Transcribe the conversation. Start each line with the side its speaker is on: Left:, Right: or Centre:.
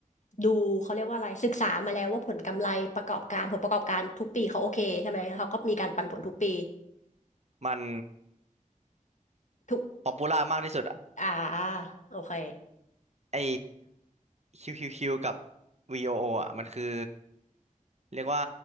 Left: ดูเขาเรียกว่าอะไรศึกษามาแล้วว่าผลกำไรประกอบการผลประกอบการทุกปีเขาโอเคใช่ไหมแล้วเขาก็มีการปันผลทุกปี
Right: มัน
Left: ทุก
Right: ป๊อปปูล่ามากที่สุดอะ
Left: อ่าโอเค
Right: ไอ QQQ กับ VOO อโออ่ะมันคือ เรียกว่า